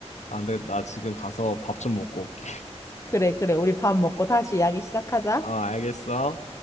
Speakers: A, on the left (about 80°); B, on the left (about 25°).
A: 아, 근데 나 지금 가서 밥 좀 먹고 올게.
B: 그래, 그래. 우리 밥 먹고 다시 이야기 시작하자.
A: 아, 알겠어.